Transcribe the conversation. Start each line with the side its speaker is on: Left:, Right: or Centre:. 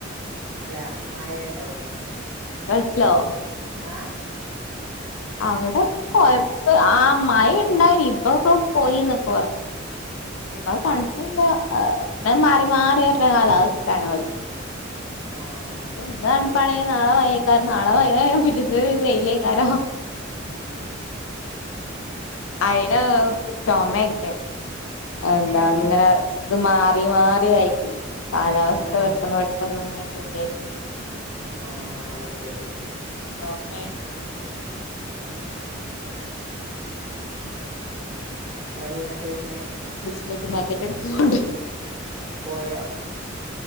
Right: അല്ല മാഴഉണ്ടോ
Left: ഗൾഫിലോ
Right: ആ
Left: അവിടെ പോയ പ്പം ആ മഴ ഉണ്ടായിന് ഇപ്പൊക്കെ പോയിന്നൊക്കെ പറഞ്ഞു
Right: ഏ
Left: പ്പം ആ തണുപ്പുല്ല ആ ഉടെ മാറി മാറി വരണ കാലാവസ്ഥയാണ്
Right: ആ അത്
Left: എന്താണ്
Right: ശരി
Left: പണി നാളെ വയേക്കാര നാളെ വയേ പിരുത് തെയിലേക്കാരോ
Right: ഉം
Left: അയിന് ചൊമേക്കെ എന്താ
Right: ഏ
Left: അങ്ങനെ ഇത് മാറി മാറി ആയിപ്പോയി കാലാവസ്ഥ
Right: ആ
Left: പെട്ടെന്ന് പെട്ടെന്ന്ങ്ങ് ഈയിടെയായിട്ട്
Right: ങാ അയ്ശരി
Left: <unintelligible>
Right: ഉം കൈ തട്ടിവീണയാ
Left: ബിസ്ക്കറ്റ് പാക്കറ്റ് എടുത്തോണ്ട് പോയി
Right: പോയോ